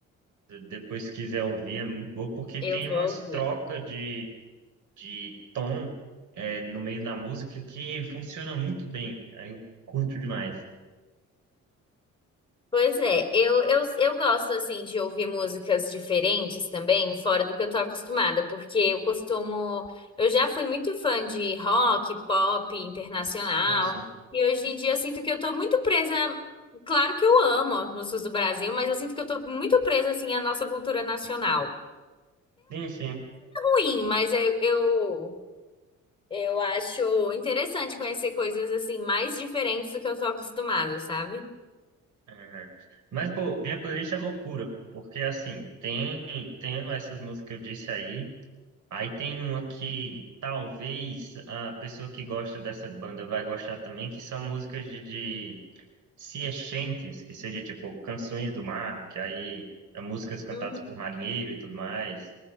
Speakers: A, on the right; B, on the left.
A: Depois, se quiser ouvir, é muito boa, porque
B: eu
A: tem
B: vou
A: umas
B: ouvir.
A: trocas de de tom é, no meio da música que funciona muito bem. Aí eu curto demais.
B: Pois é, eu, eu, eu gosto assim de ouvir músicas diferentes também, fora do que eu tô acostumada, porque eu costumo, eu já fui muito fã de rock, pop, internacional,
A: Sim, sim.
B: e hoje em dia eu sinto que eu tô muito presa, claro que eu amo as músicas do Brasil, mas eu sinto que eu tô muito presa assim à nossa cultura nacional.
A: Sim, sim.
B: Ruim, mas eu, eu, eu acho interessante conhecer coisas assim mais diferentes do que eu sou acostumada, sabe?
A: É. Mas, pô, minha playlist é loucura, pô, porque assim, tem, tem essas músicas que eu disse aí. Aí tem uma que talvez a pessoa que gosta dessa banda vai gostar também, que são músicas de, de sea chantes que seria tipo canções do mar, que aí é músicas cantadas
B: Hum.
A: por marinheiro e tudo mais.